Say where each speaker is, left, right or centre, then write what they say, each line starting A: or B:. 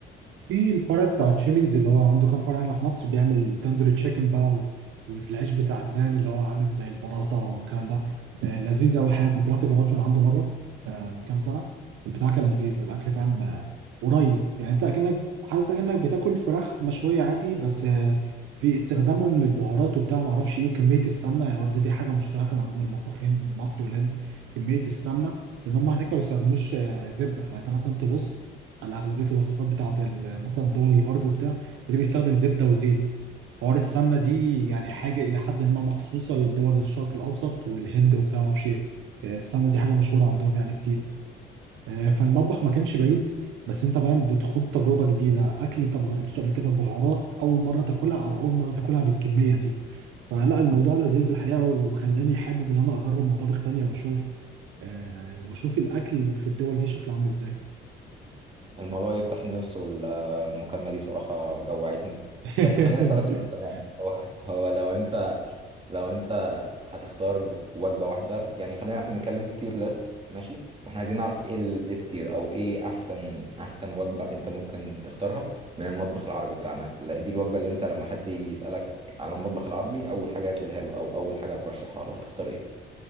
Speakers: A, on the right (about 85°); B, on the right (about 30°).
A: في الفرع بتاع تشيليز اللي هو عنده كام فرع هنا في مصر بيعمل تندوري تشيكن بقى و... والعيش بتاع عدنان اللي هو عامل زي البراطة والكلام ده آه، لذيذ أوي الحقيقة كنت رحت جربت من عنده مرة آه، من كام سنة البتاع كان لذيذ الأكل فاهم آه، قريب يعني أنت أكنك حاسس أكنك بتاكل فراخ مشوية عادي بس آه، في استخدامهم للبهارات وبتاع معرفش إيه وكمية السمنة يعني برضه دي حاجة مشتركة ما بين المطبخين المصري والهولندي كمية السمنة لأن هم هناك ما بيستخدموش آه، زبدة يعني أنت مثلا تبص على اغلبيه الوصفات بتاعت ال- مثلا دول الغرب وبتاع اللي بيستخدم زبده وزيت حوار السمنه دي يعني حاجه الى حد ما مخصوصه لدول الشرق الاوسط والهند وبتاع ما اعرفش ايه آه، السمنه دي حاجه مشهوره عندهم يعني كتير آه، فالمطبخ ما كانش بعيد بس انت فاهم بتخوض تجربه جديده اكل انت ما جربتوش قبل كده بهارات اول مره تاكلها او اول مره تاكلها بالكميه دي فلا الموضوع لذيذ الحقيقه وخلاني حابب ان انا اجرب مطابخ تانية واشوف آه، واشوف الاكل في الدول دي شكله عامل ازاي
B: الموضوع يفتح النفس والمكالمه دي صراحه جوعتني
A: <laughs>
B: بس خليني اسالك سؤال كمان هو هو لو انت لو انت هتختار وجبه واحده يعني خلينا احنا نتكلم في تير ليست ماشي واحنا عايزين نعرف ايه الاس تير او ايه احسن احسن وجبه انت ممكن تختارها من المطبخ العربي بتاعنا لا، دي الوجبه اللي انت لما حد يسالك على المطبخ العربي اول حاجه هتقولها له او اول حاجه هترشحها له هتختار ايه